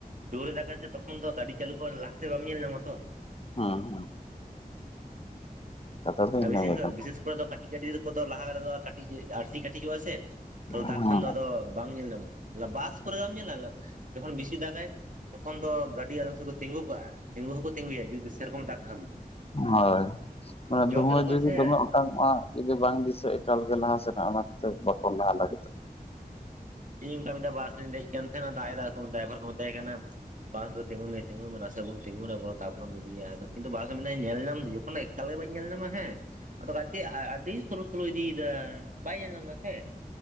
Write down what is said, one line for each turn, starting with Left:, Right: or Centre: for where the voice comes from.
Right: ᱡᱩᱨᱮ ᱫᱟᱜᱟ ᱥᱮ ᱛᱚᱠᱷᱚᱱ ᱫᱚ ᱜᱟᱹᱰᱤ ᱪᱟᱹᱞᱩ ᱦᱚᱸ ᱞᱟᱦᱟ ᱥᱮᱫ ᱵᱟᱢ ᱧᱮᱞ ᱧᱟᱢ ᱟᱛᱚ᱾
Left: ᱦᱩᱸ ᱦᱩᱸ᱾ ᱠᱟᱛᱷᱟ ᱫᱚ
Right: <unintelligible>
Left: ᱤᱱᱟᱹ ᱜᱮ ᱠᱟᱱᱟ
Right: ᱵᱤᱥᱮᱥ ᱠᱚᱨᱮ ᱫᱚ ᱠᱟᱹᱴᱤᱡᱽ ᱜᱟᱹᱰᱤ ᱫᱚᱼᱼ ᱠᱚᱫᱚ ᱞᱟᱦᱟ ᱠᱚᱨᱮ ᱫᱚ ᱠᱟᱹᱴᱤᱡ ᱟᱹᱨᱥᱤ ᱠᱟᱹᱴᱤᱡᱚᱜᱼᱟ ᱥᱮ ᱛᱟᱦᱚᱞᱮ
Left: ᱦᱩᱸ
Right: ᱫᱟᱜ ᱠᱷᱟᱱ ᱫᱚ ᱟᱫᱚᱼᱼ ᱵᱟᱝ ᱧᱮᱞ ᱧᱟᱢᱚᱜᱼᱟ᱾ ᱵᱟᱥ ᱠᱚᱨᱮ ᱵᱟᱢ ᱧᱮᱞᱟ ᱡᱚᱠᱷᱚᱱ ᱵᱮᱥᱤ ᱫᱟᱜᱟᱭᱼᱼ ᱛᱚᱠᱷᱚᱱ ᱫᱚ ᱜᱟᱹᱰᱤ ᱟᱫᱚᱢ ᱥᱚᱢᱚᱭ ᱫᱚ ᱛᱤᱸᱜᱩ ᱠᱟᱜᱼᱟ᱾ ᱛᱤᱸᱜᱩ ᱫᱚ ᱠᱚ ᱛᱤᱸᱜᱩᱭᱟ ᱡᱩᱫᱤ ᱥᱮᱨᱚᱠᱚᱢ ᱫᱟᱜ ᱠᱷᱟᱱ ᱫᱚ᱾
Left: ᱦᱳᱭ᱾ ᱟᱨ
Right: ᱡᱚᱛ
Left: ᱫᱚᱢᱮ
Right: ᱨᱮᱦᱚᱸ
Left: ᱡᱩᱫᱤ
Right: ᱥᱮ
Left: <unintelligible> <unintelligible> ᱡᱩᱫᱤ ᱵᱟᱝ ᱫᱤᱥᱟᱹᱜ ᱮᱠᱟᱞᱜᱮ ᱞᱟᱦᱟ ᱥᱮᱱᱟᱜ ᱚᱱᱟ ᱠᱷᱟᱹᱛᱤᱨ <unintelligible>
Right: ᱤᱧ ᱚᱱᱠᱟ ᱢᱤᱫ ᱫᱷᱟᱣ ᱵᱟᱥ ᱨᱮᱧ ᱫᱮᱡ ᱠᱟᱱ ᱛᱟᱦᱮᱸᱱᱟ᱾ ᱫᱟᱜ ᱮᱫᱟ ᱠᱚ ᱰᱟᱭᱵᱷᱟᱨ ᱠᱚ ᱢᱮᱛᱟᱭ ᱠᱟᱱᱟ ᱵᱟᱥ ᱫᱚ ᱛᱤᱸᱜᱩᱭ ᱢᱮ ᱛᱤᱸᱜᱩᱭ ᱢᱮ ᱱᱟᱥᱮ ᱱᱟᱜ ᱵᱚᱱ ᱛᱤᱸᱜᱩᱱ ᱟᱵᱚᱱ᱾ ᱛᱟᱯᱚᱨᱮᱢ ᱤᱫᱤᱭᱟ᱾ ᱟᱫᱚ ᱠᱤᱱᱛᱩ ᱵᱟᱥ ᱮ ᱢᱮᱱᱫᱟᱭ ᱧᱮᱞᱧᱟᱢ ᱫᱤᱧ ᱚᱱᱮ ᱮᱠᱟᱞ ᱜᱮ ᱵᱟᱹᱧ ᱧᱮᱞ ᱧᱟᱢᱟ ᱦᱮᱸ ᱟᱫᱚ <unintelligible> ᱟᱹᱰᱤ ᱥᱚᱞᱳ ᱥᱚᱞᱳ ᱤᱫᱤᱭᱮᱫᱟᱭ ᱵᱟᱭ ᱧᱮᱞᱧᱟᱢ ᱮᱫᱟ ᱥᱮ᱾